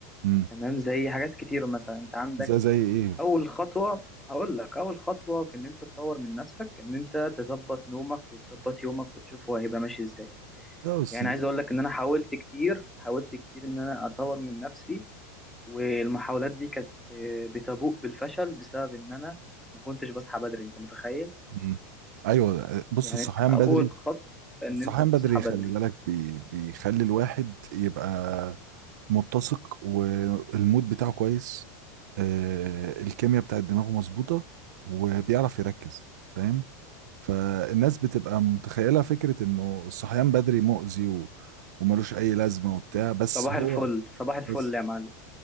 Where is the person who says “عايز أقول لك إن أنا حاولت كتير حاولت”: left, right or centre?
Centre